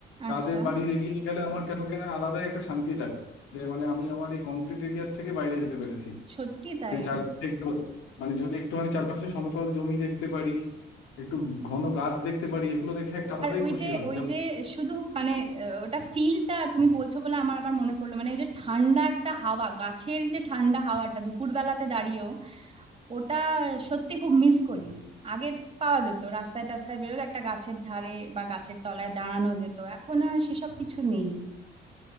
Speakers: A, on the right; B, on the left.
A: আচ্ছা
B: তাদের বাড়ির এরিয়ায় গেলে আমার কেন কেন আলাদা একটা শান্তি লাগে যে মানে আমি আমার এই কংক্রিট এরিয়ার থেকে বাইরে যেতে পেরেছি
A: সত্যি তাই
B: সেই চারপাশে একটু মানে যদি একটুখানি চারপাশে সমতল জমি দেখতে পারি একটু ঘন গাছ দেখতে পারি এগুলো দেখে একটা আলাদাই
A: আর ওই
B: খুশি
A: যে
B: হয়
A: ওই যে শুধু মানে আহ, ওটা ফিলটা তুমি বলছো বলে আমার আবার মনে পড়লো মানে ওই যে ঠান্ডা একটা হাওয়া গাছের যে ঠান্ডা হাওয়াটা দুপুরবেলাতে দাঁড়িয়েও ওটা সত্যি খুব মিস করি আগে পাওয়া যেত রাস্তায় টাস্তায় বেরোলে একটা গাছের ধারে বা গাছের তলায় দাঁড়ানো যেত এখন আর সেসব কিছু নেই